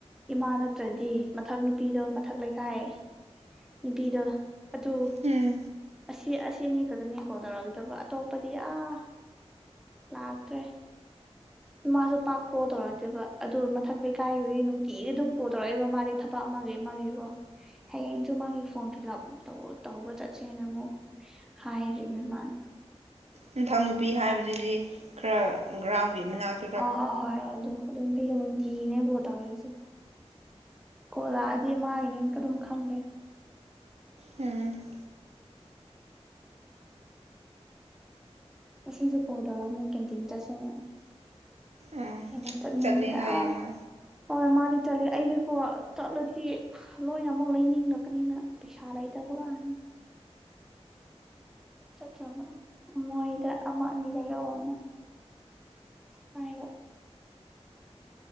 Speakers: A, in the centre; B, on the right (about 75°).
A: ꯏꯃꯥ ꯅꯠꯇ꯭ꯔꯗꯤ ꯃꯊꯛ ꯅꯨꯄꯤꯗꯣ ꯃꯊꯛ ꯂꯩꯀꯥꯏ ꯅꯨꯄꯤꯗꯣ ꯑꯗꯨ
B: ꯎꯝ
A: ꯑꯁꯤ ꯑꯁꯤꯅꯤ ꯈꯛꯇꯅꯦ ꯀꯣꯜ ꯇꯧꯔꯛꯇꯕ ꯑꯇꯣꯞꯄꯗꯤ ꯑꯥ ꯂꯥꯛꯇ꯭ꯔꯦ ꯃꯥꯁꯨ ꯄꯥꯛ ꯀꯣꯜ ꯇꯧꯔꯛꯇꯦꯕ ꯑꯗꯨ ꯃꯊꯛ ꯂꯩꯀꯥꯏꯒꯤꯔꯝ ꯅꯨꯡꯇꯤꯗꯤ ꯑꯗꯨꯝ ꯀꯣꯜ ꯇꯧꯔꯛꯏꯕ ꯃꯥꯗꯤ ꯊꯕꯛ ꯑꯃꯒꯤ ꯑꯃꯒꯤꯀꯣ ꯍꯌꯦꯡꯁꯨ ꯃꯥꯒꯤ ꯐꯣꯔꯝ ꯐꯤꯂꯞ ꯇꯧ ꯇꯧꯕ ꯆꯠꯁꯦꯅ ꯑꯃꯨꯛ ꯍꯥꯏꯔꯤꯕꯅꯤ ꯃꯅꯥ
B: ꯅꯤꯡꯊꯧ ꯅꯨꯨꯄꯤ ꯍꯥꯏꯕꯗꯨꯗꯤ ꯈꯔ ꯒ꯭ꯔꯥꯎꯟꯒꯤ ꯃꯅꯥꯛꯇ
A: ꯍꯣꯏ ꯍꯣꯏ ꯍꯣꯏ ꯑꯗꯨ ꯑꯗꯨ ꯅꯨꯄꯤꯒꯤ ꯅꯨꯡꯇꯤꯒꯤꯅꯦ ꯀꯣꯜ ꯇꯧꯔꯛ ꯏ ꯁꯦ ꯀꯣꯜ ꯂꯥꯛꯑꯗꯤ ꯃꯥꯒꯤꯅꯦ ꯑꯗꯨꯝ ꯈꯪꯂꯦ
B: ꯎꯝ
A: ꯃꯁꯤꯡꯁꯨ ꯀꯣꯜ ꯇꯧꯔꯛꯑꯃꯦ ꯀꯥꯟꯇꯤꯟ ꯆꯠꯁꯦꯅ
B: ꯎꯝ
A: ꯑꯩꯅ ꯆꯠꯅꯤꯡꯗ꯭ꯔꯦ
B: ꯆꯠꯂꯦ ꯍꯥꯏꯌꯦ
A: ꯑꯥ
B: ꯃꯥ
A: ꯍꯣꯏ ꯃꯥꯗꯤ ꯆꯠꯂꯤ ꯑꯩꯒꯤꯀꯣ ꯆꯠꯂꯗꯤ ꯂꯣꯏ ꯑꯩ ꯑꯃꯨꯛ ꯂꯩꯅꯤꯡꯂꯛꯄꯅꯤꯅ ꯄꯩꯁꯥ ꯂꯩꯇꯕ ꯀꯥꯏꯅ ꯆꯠꯇ꯭ꯔꯕ ꯃꯣꯏꯗ ꯑꯃ ꯑꯅꯤ ꯂꯩꯔꯛ ꯑꯣ ꯅ ꯍꯥꯏꯕ